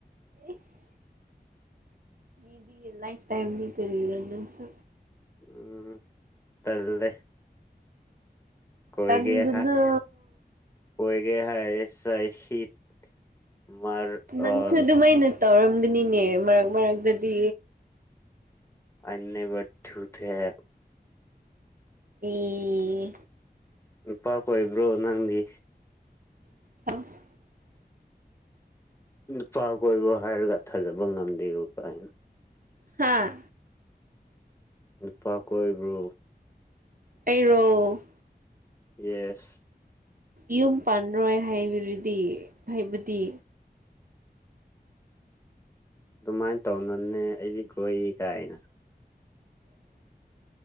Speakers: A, on the right; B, on the left.
A: ꯏꯁ ꯃꯤꯗꯤ ꯂꯥꯏꯐ ꯇꯥꯏꯝꯅꯤ ꯀꯔꯤꯔꯣ ꯅꯪꯁꯨ
B: ꯎꯝ ꯇꯜꯂꯦ ꯀꯣꯏꯒꯦ
A: ꯇꯟꯒꯅꯨ
B: ꯍꯥꯏ ꯀꯣꯏꯒꯦ <unintelligible>
A: ꯅꯪꯁꯨ
B: ꯑꯣꯔ
A: ꯑꯗꯨꯝꯃꯥꯏꯅ ꯇꯧꯔꯝꯒꯥꯅꯤ ꯅꯦ ꯃꯔꯛ ꯃꯔꯛꯇꯗꯤ
B: ꯑꯥꯏ ꯅꯦꯚꯔ ꯊꯨ ꯊꯦꯠ
A: ꯑꯦ
B: ꯅꯨꯄꯥ ꯀꯣꯏꯕ꯭ꯔꯣ ꯅꯪꯗꯤ
A: <unintelligible>
B: ꯅꯨꯄꯥ ꯀꯣꯏꯕ ꯍꯥꯏꯔꯒ ꯊꯥꯖꯕ ꯉꯝꯗꯦ ꯀꯥꯏꯅ
A: ꯍꯥꯥ
B: ꯅꯨꯄꯥ ꯀꯣꯏꯕ꯭ꯔꯣ
A: ꯑꯩꯔꯣ
B: ꯌꯦꯁ
A: ꯌꯨꯝ ꯄꯥꯟꯔꯣꯏ ꯍꯥꯏꯕꯗꯨꯗꯤ ꯍꯥꯏꯕꯗꯤ
B: ꯑꯗꯨꯃꯥꯏꯅ ꯇꯧꯅꯨꯅꯦ ꯑꯩꯗꯤ ꯀꯣꯏ ꯀꯥꯏꯅ <unintelligible>